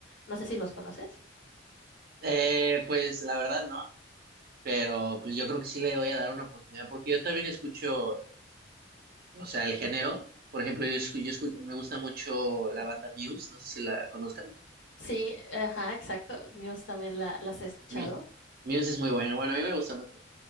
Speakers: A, on the left; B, on the right.
A: No sé si los conoces.
B: Eh, pues la verdad no, pero pues yo creo que sí le voy a dar una oportunidad porque yo también escucho, o sea, el género. Por ejemplo, yo, escu- yo escu- me gusta mucho la banda Muse, no sé si la conozcan.
A: Sí, ajá, exacto. Muse también la- las he escuchado.
B: Mi- Muse es muy bueno, bueno, a mí me gusta mucho.